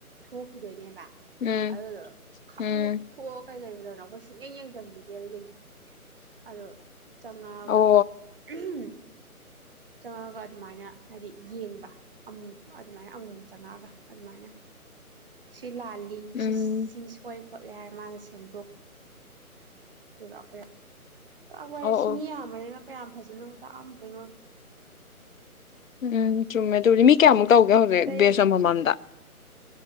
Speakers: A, on the right (about 40°); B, on the left (about 65°).
A: ꯊꯣꯛꯈꯤꯗꯣꯏꯅꯦꯕ
B: ꯎꯝ
A: ꯑꯗꯨꯗꯣ ꯈꯪꯗꯦ
B: ꯎꯝ
A: ꯊꯣꯛꯑ ꯀꯩ ꯀꯔꯤ ꯑꯩꯈꯣꯏ ꯁꯨꯛꯌꯦꯡ ꯌꯦꯡꯁꯤꯟꯕꯤꯗꯦꯕ ꯌꯦꯡꯁꯤꯟ ꯑꯗꯣ ꯆꯪꯉꯛꯑꯒ
B: ꯑꯣ
A: ꯎꯍꯝ ꯆꯪꯉꯒ ꯑꯗꯨꯃꯥꯏꯅ ꯍꯥꯏꯗꯤ ꯌꯦꯡꯕ ꯑꯃꯨꯛ ꯑꯗꯨꯃꯥꯏꯅ ꯑꯃꯨ ꯆꯪꯉꯛꯑꯒ ꯑꯗꯨꯃꯥꯏꯅ ꯁꯤꯂꯥꯂꯤ
B: ꯎꯝ
A: ꯁꯤ ꯁꯤ ꯁꯣꯏ ꯈꯣꯠꯂꯦ ꯍꯥꯏꯔ ꯃꯥꯅ ꯁꯦꯝꯗꯣꯛ ꯇꯣꯢꯕ ꯑꯈꯣꯢ ꯀꯋꯥꯁꯃꯤꯌꯥꯝꯕꯅꯤꯅ
B: ꯑꯣ ꯑꯣ
A: ꯀꯌꯥꯝ ꯐꯖꯅꯕꯨ ꯇꯥꯛꯑꯝꯗꯣꯏꯅꯣꯗ
B: ꯎꯝ ꯆꯨꯝꯃꯦ ꯑꯗꯨꯗꯤ ꯃꯤ ꯀꯌꯥꯃꯨꯛ
A: ꯑꯗꯨ ꯁꯨꯝ
B: ꯇꯧꯒꯦ ꯍꯧꯖꯤꯛ
A: ꯑꯇꯩ
B: ꯕꯦꯁ ꯑꯃꯃꯝꯗ